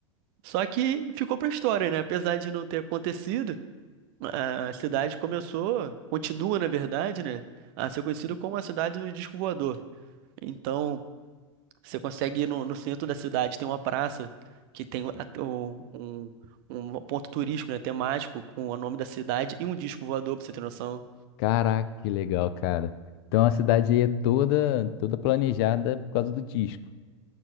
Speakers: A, on the right; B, on the left.
A: Só que ficou pra história, né? Apesar de não ter acontecido, a cidade começou, continua, na verdade, né? A ser conhecida como a cidade do disco voador. Então, você consegue ir no, no centro da cidade, tem uma praça que tem a- o- um, um ponto turístico, né? Temático, com o nome da cidade e um disco voador, pra você ter noção.
B: Caraca, que legal, cara. Então a cidade aí é toda toda planejada por causa do disco.